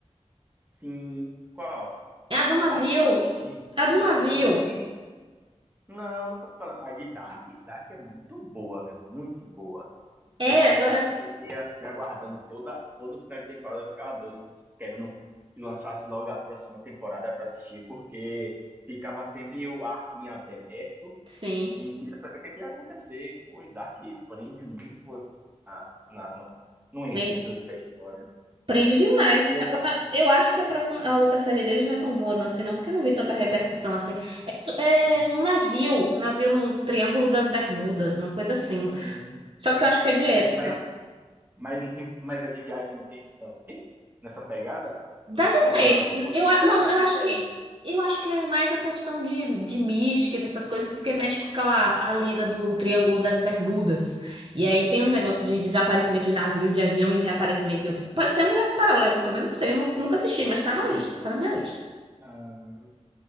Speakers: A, on the right; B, on the right.
A: Sim. Qual?
B: É a do navio.
A: Dark eu assisti.
B: É a do
A: Dark
B: navio.
A: também Não, nunca ouvi falar. A de Dark, Dark é muito boa, velho. Muito boa. Eu
B: É,
A: ficar,
B: agora
A: fiquei assim, aguardando toda, todo final de temporada, eu ficava doido, des- querendo que lançasse logo a próxima temporada pra assistir, porque ficava sempre o arco em aberto
B: sim.
A: e queria saber o que, é que ia acontecer. Pô, e Dark prende muito você na, no, no enredo
B: Bem,
A: da história.
B: prende demais.
A: E
B: Agora,
A: essa?
B: eu acho que a próxima a outra série deles não é tão boa não, assim, não, porque eu não vi tanta repercussão assim. É, su- é
A: Aham.
B: um navio, um navio no Triângulo das Bermudas, uma coisa assim.
A: Sim.
B: Só que eu acho que é de época.
A: Mas, mas, mas é de viagem no tempo também, nessa pegada?
B: Deve
A: Ou
B: ser.
A: não? Ou
B: Eu,
A: é
B: a-
A: totalmente
B: não, eu
A: diferente?
B: acho que eu acho que é mais a questão de, de mística, dessas coisas, porque mexe com aquela a lenda do Triângulo das Bermudas. E aí tem os negócios
A: Sim.
B: de desaparecimento de navio, de avião e reaparecimento em outro. Pode ser um universo paralelo também, eu não sei, eu nu- nunca assisti, mas tá na lista, tá na minha lista.
A: Ah,